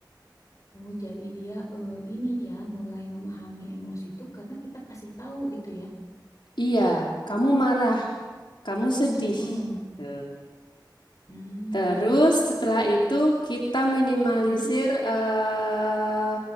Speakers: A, on the left; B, on the left.
A: oh jadi dia eh, ini ya mulai memahami emosi itu karena kita kasih tahu gitu ya.
B: Iya, kamu marah, kamu sedih.
A: Mm-mm.
B: Gitu.
A: Hmm,
B: Terus setelah itu kita minimalisir
A: mm-mm.
B: eh,